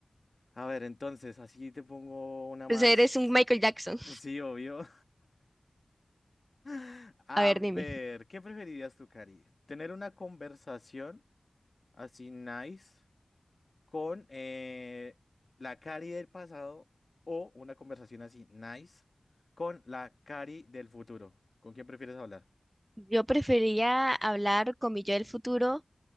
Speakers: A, on the left; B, on the right.
A: A ver, entonces, así te pongo una más.
B: Entonces eres un Michael Jackson.
A: Sí, obvio. <laughs> A
B: A ver, dime.
A: ver, ¿qué preferirías tú, Cari? ¿Tener una conversación así nice? con eh, la Cari del pasado o una conversación así, nice, con la Cari del futuro. ¿Con quién prefieres hablar?
B: Yo preferiría hablar con mi yo del futuro